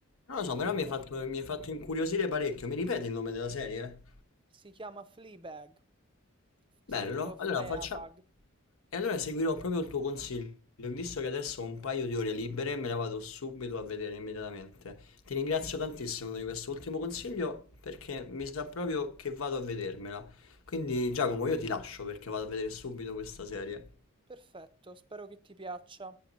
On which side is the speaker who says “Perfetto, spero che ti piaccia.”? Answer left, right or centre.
Right